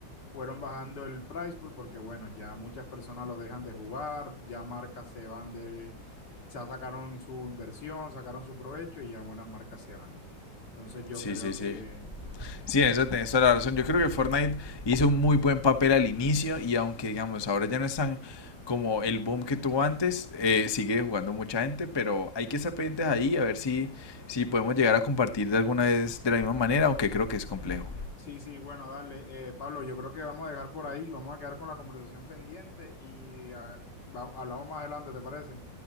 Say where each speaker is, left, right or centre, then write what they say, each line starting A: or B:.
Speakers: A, on the left; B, on the left.
A: fueron bajando el price pool porque, bueno, ya muchas personas lo dejan de jugar, ya marcas se van de, ya sacaron su inversión, sacaron su provecho y ya buenas marcas se van. Entonces yo
B: Sí,
A: creo
B: sí, sí.
A: que...
B: Sí, en eso tenés toda la razón. Yo creo que Fortnite hizo un muy buen papel al inicio y aunque digamos ahora ya no están como el boom que tuvo antes, eh, sigue jugando mucha gente, pero hay que estar pendientes ahí a ver si, si podemos llegar a compartir de alguna vez de la misma manera, aunque creo que es complejo.
A: Sí, sí, bueno, dale. Eh, Pablo, yo creo que vamos a dejar por ahí, vamos a quedar con la conversación pendiente y ah, va- hablamos más adelante, ¿te parece?